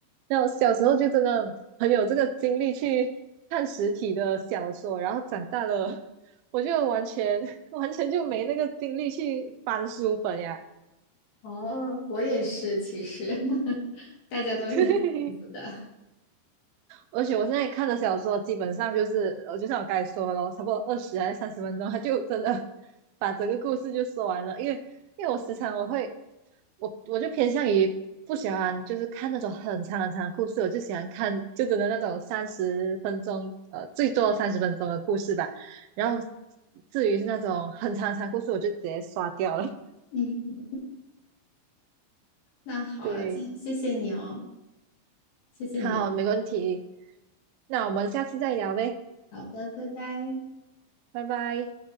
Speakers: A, on the right; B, on the left.
A: 那我小时候就真的很有这个精力去看实体的小说，然后长大了 <laughs>。我就完全 <laughs> 完全就没那个精力去翻书本呀。
B: 哦，我也是，其实 <laughs> 大家都是这样子的。
A: <laughs> 对，而且我现在看的小说基本上就是，呃，就像我刚才说的咯，差不多二十还是三十分钟，他就真的把整个故事就说完了。因为因为我时常我会，我我就偏向于不喜欢就是看那种很长很长的故事，我就喜欢看就真的那种三十分钟，呃，最多三十分钟的故事吧。然后至于是那种很长很长的故事，我就直接刷掉了。<laughs>
B: <laughs> 嗯，那好啊，
A: 对。
B: 今谢谢你哦，谢谢你的。
A: 好，没问题。那我们下次再聊呗，
B: 好的，拜拜。
A: 拜拜。